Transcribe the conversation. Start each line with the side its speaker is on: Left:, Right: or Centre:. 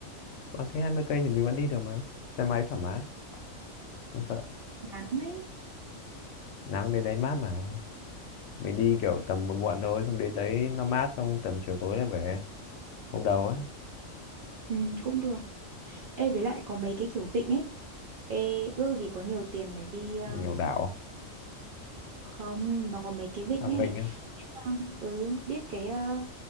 Left: bằng cái 20 cây thì mình vẫn đi được mà xe máy thoải mái không sợ
Right: bán đấy
Left: nắng đến đấy mát mà mình đi kiểu tầm muộn muộn thôi xong đến đấy nó mát xong tầm chiều tối là về hôm đầu ấy
Right: ừ, cũng được ê với lại có mấy cái kiểu vịnh ấy ê ước gì có nhiều tiền để đi ờ,
Left: nhiều đảo
Right: không nó có mấy cái vịnh
Left: à,
Right: ấy
Left: vịnh á
Right: Vâng, ừ biết cái ờ,